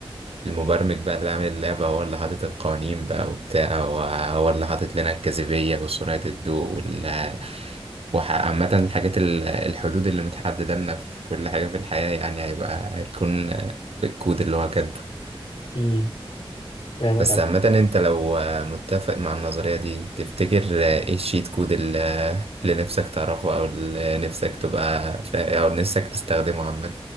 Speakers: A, on the right; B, on the left.
A: المبرمج بقى اللي عامل اللعبة هو اللي حاطط القوانين بقى وبتاع وهو اللي حاطط لنا الجاذبية وسرعة الضوء وال وعامة الحاجات ال- الحدود اللي متحددة لنا في كل حاجة في الحياة يعني هيبقى هتكون في الكود اللي هو كاتبه
B: امم فاهمك
A: بس
B: يا عم.
A: عامة انت لو متفق مع النظرية دي تفتكر ايه الشيت كود اللي اللي نفسك تعرفه او اللي نفسك تبقى فا- او نفسك تستخدمه عامة